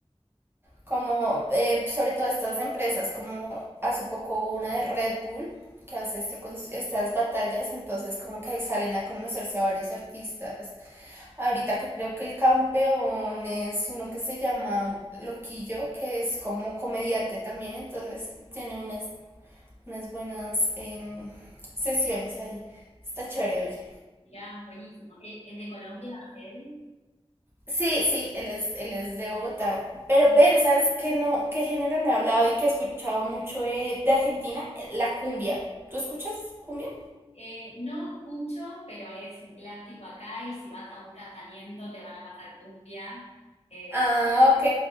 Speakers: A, on the right (about 20°); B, on the left (about 80°).
A: como eh, sobre todo estas empresas, como hace poco una de Red Bull que hace este, con- estas batallas, entonces como que ahí salen a conocerse a varios artistas. Ahorita creo que el campeón es uno que se llama Loquillo, que es como comediante también, entonces tiene unas, unas buenas em, sesiones ahí. Está chévere, oye.
B: Mirá, buenísimo. ¿E- ¿Es, de Colombia él?
A: Sí, sí, él es, él es de Bogotá. Pero ven, ¿sabes qué no, qué género no he hablado y que he escuchado mucho eh, de, Argentina? La cumbia. ¿Tú escuchas cumbia?
B: Eh, no escucho, pero es un clásico acá y si vas a un casamiento te van a pasar cumbia. Eh,
A: Ah, ok,